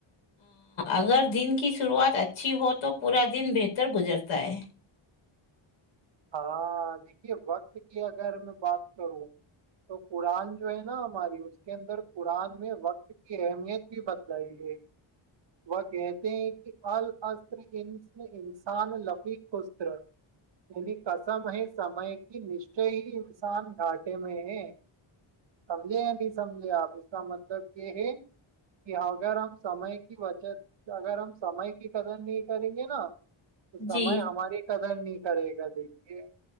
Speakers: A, on the left; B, on the right.
A: اگر دن کی شروعات اچھی ہو تو پورا دن بہتر گزرتا ہے
B: ہاں دیکھیے وقت کی اگر میں بات کروں تو قرآن جو ہے نا ہماری اس کے اندر قرآن میں وقت کی اہمیت بھی بتلائی ہے وہ کہتے ہیں کہ الر انس انسان لفیقر یعنی کسم ہے سمے کی نشچے ہی انسان گھٹے میں ہے سمجھے یا نہیں سمجھے آپ اس کا مطلب یہ ہے کہ اگر ہم سمے کی بچت اگر ہم سمے کی قدر نہیں کریں گے نا تو
A: جی
B: سمئے ہمارے کا ج نہیں <unintelligible> کرے گا دیکھیے